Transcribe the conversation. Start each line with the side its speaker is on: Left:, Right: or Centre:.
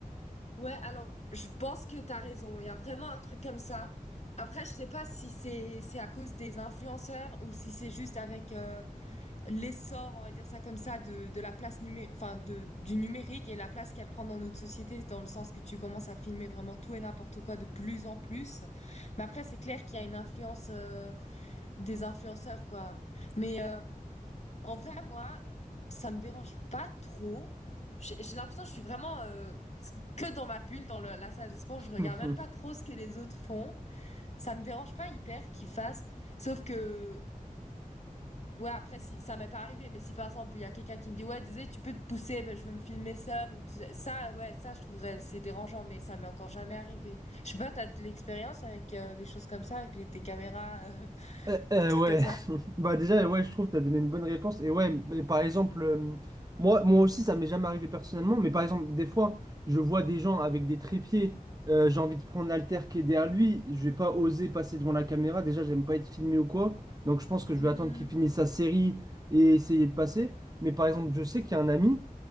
Left: ouais, alors je pense que t'as raison, il y a vraiment un truc comme ça. Après, je sais pas si c'est c'est à cause des influenceurs ou si c'est juste avec euh, l'essor, on va dire ça comme ça, de, de la place numé- enfin de, du numérique et la place qu'elle prend dans notre société, dans le sens que tu commences à filmer vraiment tout et n'importe quoi de plus en plus. Mais après, c'est clair qu'il y a une influence euh, des influenceurs, quoi. Mais euh, en vrai, moi, ça me dérange pas trop. J'ai j'ai l'impression que je suis vraiment euh, que dans ma bulle, dans le- la salle de sport. Je regarde
Right: <laughs>
Left: même pas trop ce que les autres font. Ça me dérange pas hyper qu'ils fassent. Sauf que Ouais, après, si ça m'est pas arrivé, mais si par exemple, il y a quelqu'un qui me dit, ouais, désolé, tu peux te pousser, ben, je veux me filmer seul ou tout ça, Ça, ouais, ça, je trouverais, c'est dérangeant, mais ça m'est encore jamais arrivé. Je sais pas, t'as de l'expérience avec euh, des choses comme ça, avec les, des caméras, euh, <laughs>
Right: Euh, euh,
Left: des trucs
Right: ouais,
Left: comme ça?
Right: Bah déjà, ouais, je trouve que tu as donné une bonne réponse. Et ouais, mais par exemple, euh, moi, moi aussi, ça m'est jamais arrivé personnellement, mais par exemple, des fois, je vois des gens avec des trépieds, euh, j'ai envie de prendre l'haltère qui est derrière lui, je vais pas oser passer devant la caméra, déjà, j'aime pas être filmé ou quoi, donc je pense que
Left: Hmm,
Right: je vais attendre qu'il finisse sa série et essayer de passer. Mais par exemple, je sais qu'il y a un ami.